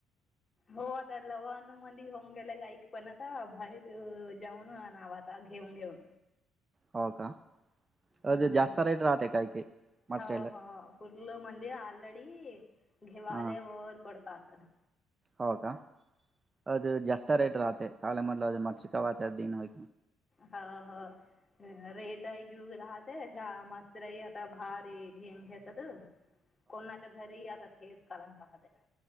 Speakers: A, on the left (about 25°); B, on the right (about 30°).
A: हो आता लवानुमंद होऊन गेले गईक पण आता बाारी जाऊन नाव आता घेऊन घेऊन
B: हो का
A: हम्म
B: अ जास्त रेट राहते काही काही मछलीला
A: ह् हो हो पर्लं म्हंदि आऑलरेडी ह घेवाले
B: हा
A: वर पडतात करा
B: हो का अज जास्त रेट राहते काले म माच कावाच द हो
A: हा हा रेटई जूग राहत मस्तरई आता भारी घेंग घेतात कोणाच्या घरीही आतात हेस कळन पाहद ना